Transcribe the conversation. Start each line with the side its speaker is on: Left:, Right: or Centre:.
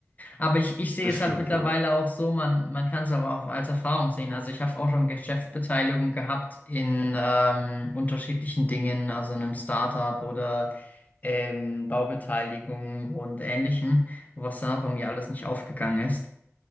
Left: aber ich, ich sehe
Right: das
Left: es
Right: stimmt,
Left: halt mittlerweile
Right: ja.
Left: auch so, man, man kann es auch als Erfahrung sehen. Also ich habe auch schon Geschäftsbeteiligung gehabt in ähm, unterschiedlichen Dingen, also in einem Startup oder ähm, Baubeteiligung und Ähnlichem, was dann auch irgendwie alles nicht aufgegangen ist.